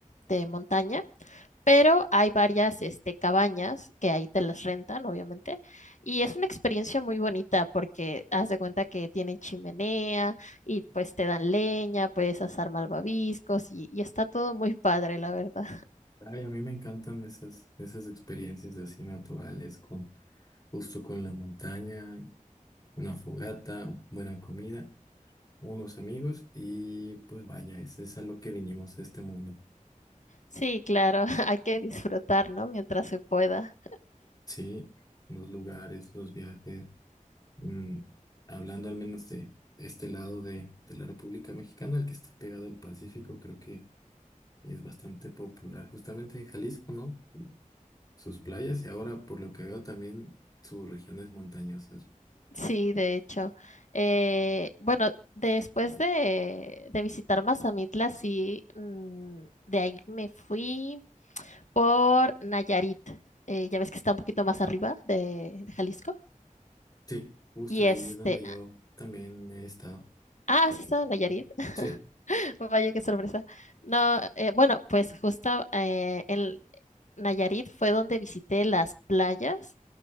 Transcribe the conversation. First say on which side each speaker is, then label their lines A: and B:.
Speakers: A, on the left (about 60°); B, on the left (about 30°).
A: de montaña, pero hay varias este, cabañas que ahí te las rentan, obviamente, y es una experiencia muy bonita porque haz de cuenta que tienen chimenea y pues te dan leña, puedes asar malvaviscos y, y está todo muy padre, la verdad.
B: Ay, a mí me encantan esas, esas experiencias así naturales con justo con la montaña. una fogata, buena comida, unos amigos y pues vaya, es, es a lo que vinimos a este mundo.
A: Sí, claro, <laughs> hay que disfrutar, ¿no? Mientras se pueda.
B: Sí, los lugares, los viajes, mm, hablando al menos de este lado de, de la República Mexicana, el que está pegado al Pacífico, creo que es bastante popular, justamente de Jalisco, ¿no? Y sus playas y ahora, por lo que veo, también sus regiones montañosas.
A: Sí, de hecho. Eh, bueno, después de, de visitar Mazamitla, sí, mm, de ahí me fui por Nayarit. Eh, ya ves que está un poquito más arriba de, de Jalisco.
B: Sí, justo
A: Y
B: ahí
A: este,
B: es donde yo también he estado.
A: ah, ¿has estado en Nayarit? <laughs>
B: Sí.
A: Vaya, qué sorpresa. No, eh, bueno, pues justo eh, en Nayarit fue donde visité las playas.